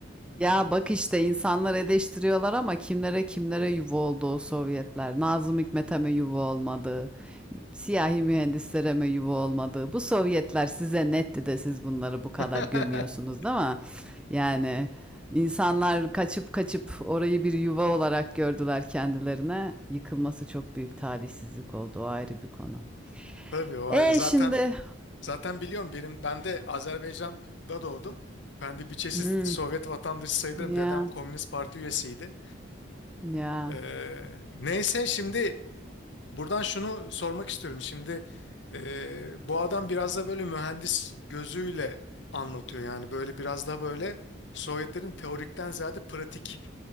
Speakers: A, in the centre; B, on the left.
A: Ya bak işte insanlar eleştiriyorlar ama kimlere kimlere yuva oldu o Sovyetler. Nazım Hikmet'e mi yuva olmadı? Siyahi mühendislere mi yuva olmadı? Bu Sovyetler size netti de siz bunları bu kadar
B: <laughs>
A: gömüyorsunuz değil mi? Yani insanlar kaçıp kaçıp orayı bir yuva olarak gördüler kendilerine. Yıkılması çok büyük talihsizlik oldu. O ayrı bir konu.
B: Tabii o ayrı
A: E
B: zaten
A: şimdi.
B: Zaten biliyorum benim ben de Azerbaycan'da doğdum. Ben de bir çeşit
A: Hmm,
B: Sovyet vatandaşı sayılırım.
A: ya
B: Dedem Komünist Parti üyesiydi.
A: ya.
B: Ee, neyse şimdi buradan şunu sormak istiyorum. Şimdi e, bu adam biraz da böyle mühendis gözüyle anlatıyor. Yani böyle biraz da böyle Sovyetlerin teorikten ziyade pratik